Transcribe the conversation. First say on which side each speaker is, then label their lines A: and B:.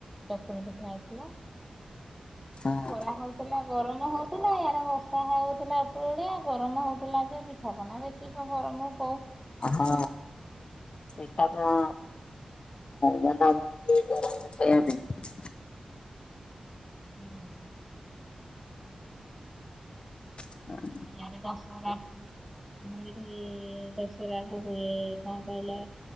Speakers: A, in the centre; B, on the left.
A: ଚକୁଳି ପିଠା ଥିଲା ଏ
B: ହଁ
A: ତ ଖରା ହଉଥିଲା ଗରମ ହଉଥିଲା ଇଆଡେ ବର୍ଷା ହଉଥିଲା ଉପରଓଳିଆ ଗରମ ହଉଥିଲା ଯେ ପିଠାପଣା ବେଶୀ ଗରମ ହଉ
B: ହଁ। ପିଠା କଣ ମନା କରୁଛି ଗରମରେ ଖାଇବ ପାଇଁ?
A: ନାଇଁ
B: ହଁ
A: ଆଁ ଇଆଡ଼େ ଦଶହରାକୁ ଆମର ଏଇଠି ଦଶହରା ହୁଏ। କଣ କହିଲ